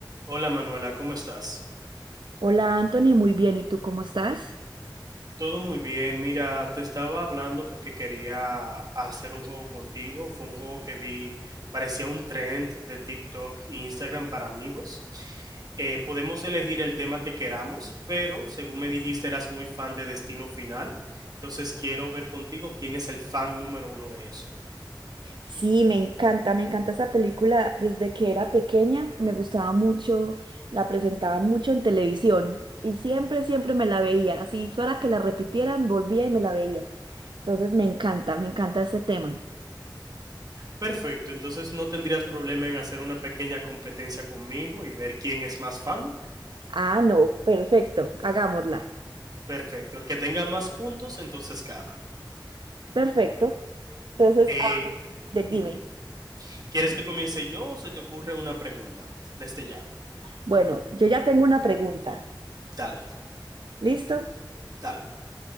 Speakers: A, on the right; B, on the right.
A: Hola Manuela, ¿cómo estás?
B: Hola Anthony, muy bien. ¿Y tú cómo estás?
A: Todo muy bien. Mira, te estaba hablando porque quería hacer un juego contigo. Fue un juego que vi, parecía un trend de TikTok e Instagram para amigos. Eh, podemos elegir el tema que queramos, pero según me dijiste, eras muy fan de Destino Final. Entonces quiero ver contigo quién es el fan número uno de eso.
B: Sí, me encanta, me encanta esa película. Desde que era pequeña me gustaba mucho, la presentaban mucho en televisión y siempre, siempre me la veía. Así fuera que la repitieran, volvía y me la veía. Entonces me encanta, me encanta ese tema.
A: Perfecto, entonces no tendrías problema en hacer una pequeña competencia conmigo y ver quién es más fan.
B: Ah, no, perfecto, hagámosla.
A: Perfecto, el que tenga más puntos, entonces gana.
B: Perfecto. Entonces,
A: Eh,
B: ah, de- dime.
A: Ujú. ¿Quieres que comience yo o se te ocurre una pregunta? Desde ya.
B: Bueno, yo ya tengo una pregunta.
A: Dale,
B: ¿Listo?
A: dale.